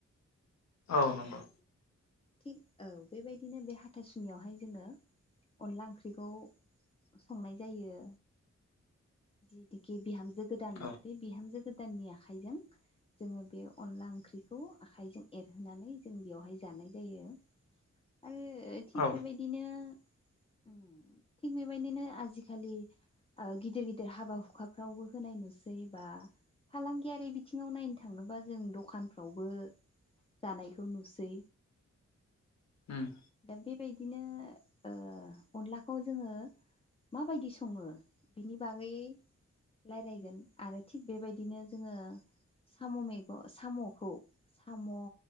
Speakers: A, on the left; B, on the left.
A: औ नंगौ।
B: थिग औ बेबायदिनो बे हाथासुनियावहाय जोङो अनला ओंख्रिखौ संनाय जायो जिहेथुखि बिहामजो गोदान
A: औ
B: बे बिहामजो गोदा- ननि आखाइजों जोङो बे अनला ओंख्रिखौ आखायजों एरहोनानै जों बेवहाय जानाय जायो आरो थिग
A: औ
B: बेबायदिनो थिग बेबायदिनो आजिखालि गिदिर गिदिर हाबा हुखाफ्रावबो होनाय नुसै। बा फालांगियारि बिथिङाव नायनो थाङोबा जों दखानफ्रावबो जानायखौ नुसै।
A: हम
B: दा बेबायदिनो ओ अनलाखौ जोङो माबायदि सङो बिनि बागै रायज्लायगोन आरो थिग बेबायदिनो जोङो साम' मैगं साम'खौ साम'